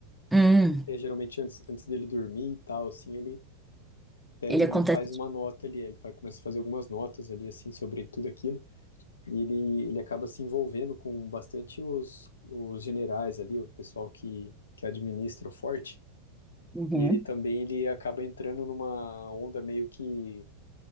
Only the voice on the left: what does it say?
É, geralmente antes, antes dele dormir e tal, assim, ele pega
uma,
ele faz uma nota ali, ele faz, começa a fazer algumas notas ali, assim, sobre tudo aquilo, e ele, ele acaba se envolvendo com bastante os, os generais ali, o pessoal que, que administra o forte,
e ele também, ele acaba entrando numa onda meio que,